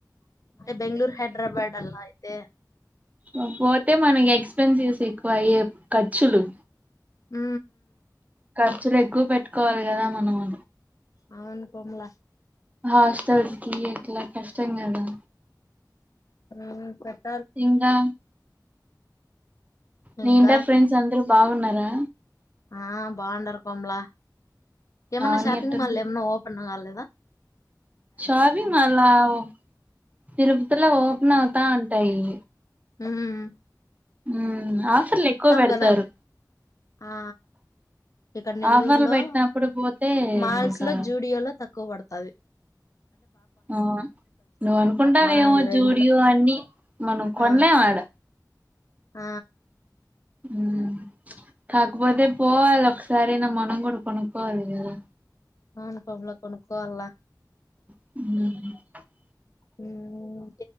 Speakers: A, on the left; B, on the right.
A: బెంగళూరు హైదరాబాద్ అలా అయితే
B: హ పోతే మనక్ ఎక్స్పెన్సివస్ ఎ క్వాయేప్ ఖర్చులు
A: ఉ
B: ఖర్చులు ఎక్కువ పెట్టుకోవాలి కదా మనము
A: అవును కోమలా
B: హాస్టల్ కి ఎట్లా కష్టం కదా
A: స
B: ఇంకా నీ
A: ఇంకా
B: ఇంటర్ ఫ్రెండ్స్ అందరు బాగున్నారా
A: ఆ బాఉండారు కోమల ఏమన్నా
B: పావని
A: షపింగ
B: ఎట్టుంది
A: మాల్, ఏమన్నా ఓపన్ కాలేద అ
B: షాపింగ్ మాల్లౌ తిరుపతిలో ఓపెన్ అవుతా ఉంటాయి
A: మ్మ్
B: మ్మ్ ఆఫర్ల్ ఎక్కువ పెడతారు
A: కదా ఆ ఇక్కడ నెల్లూరు
B: ఆఫర్లు
A: లో
B: పెట్టినప్పుడు పోతే
A: మాల్స్
B: ఇంకా
A: లో జూడియో లో తక్కువ పడత అది
B: ఆ నువ్ అనుకుంటావెమో
A: మన ఈ రేంజ్
B: జూడియో
A: లో
B: అని, మనం కొనలేం
A: ఆ
B: ఆడ
A: ఆ
B: మ్మ్ కాకపోతే పోవాల ఒక్కసారైనా మనం కూడా కొనుకోవాలి కదా
A: అవును కోబ్ల కొనుకోవల
B: మ్మ్
A: మ్మ్